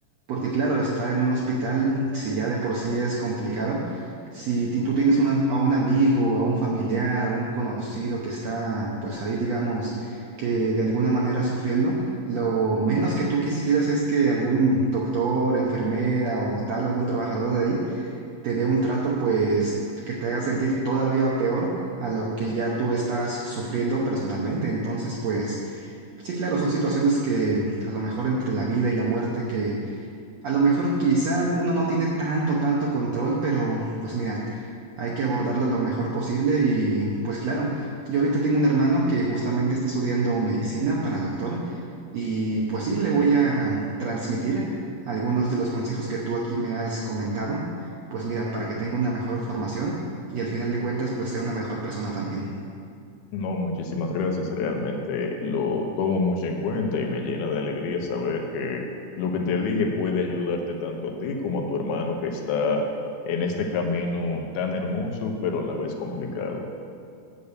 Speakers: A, on the right; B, on the left.
A: porque claro, estar en un hospital, si ya de por sí es complicado, si ti- tú tienes una- a un amigo, a un familiar, a un conocido que está, pues ahí, digamos, que de alguna manera sufriendo, lo menos que tú quisieras es que algún doctor, enfermera o tal, algún trabajador de ahí te dé un trato pues que te haga sentir todavía peor a lo que ya tú estás sufriendo personalmente. Entonces, pues sí, claro, son situaciones que a lo mejor entre la vida y la muerte que a lo mejor quizá uno no tiene tanto, tanto control, pero pues mira, hay que abordarlo lo mejor posible y pues claro, yo ahorita tengo un hermano que justamente está estudiando medicina para doctor y pues sí, le voy a transmitir algunos de los consejos que tú aquí me has comentado, pues mira, para que tenga una mejor formación y al final de cuentas pues sea una mejor persona también.
B: No, muchísimas gracias, realmente lo tomo mucho en cuenta y me llena de alegría saber que lo que te dije puede ayudarte tanto a ti como a tu hermano que está en este camino tan hermoso, pero a la vez complicado.